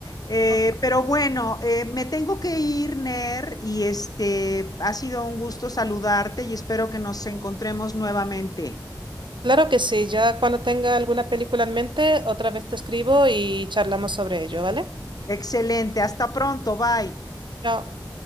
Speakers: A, on the left; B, on the right.
A: Eh,
B: ok.
A: pero bueno, eh, me tengo que ir, Ner, y este ha sido un gusto saludarte y espero que nos encontremos nuevamente.
B: Claro que sí, ya cuando tenga alguna película en mente, otra vez te escribo y charlamos sobre ello, ¿vale?
A: Excelente, hasta pronto, bye.
B: Chao.